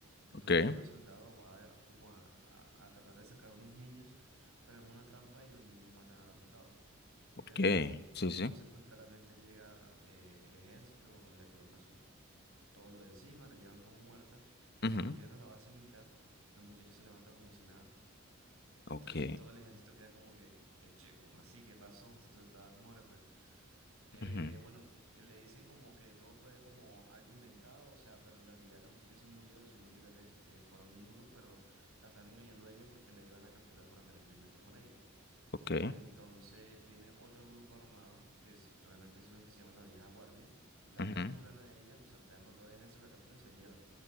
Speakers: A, on the right; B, on the left.
A: Entonces
B: Ok,
A: una soldado va a- como a, a- a tratar de sacar unos niños, pero es una trampa y los niños matan a la soldada,
B: ok,
A: ¿ya?
B: sí,
A: Entonces
B: sí.
A: pues claramente llega eh, el ejército, le coloca su, todo lo de encima, la llevan como muerta, pero
B: Ujú,
A: cuando llegan a la base militar, los muchachos se levantan como si nada.
B: Ok,
A: Entonces todo el ejército queda como que, eh, che, ¿cómo así? ¿Qué pasó si tú estabas muerta? Eh,
B: ujú,
A: bueno, eh, le dicen como que todo fue como algo inventado, o sea, pero en realidad la muchacha sí murió, los signos vitales eh, fueron nulos, pero la están engañando a ella porque la iban a capturar para hacer experimentos con ella.
B: ok,
A: Entonces viene otro grupo armado, que es, realmente son los que se llaman la vieja guardia, la
B: ujú,
A: capturan a ella, o sea, pelean con todo el ejército, la capturan y se la llevan.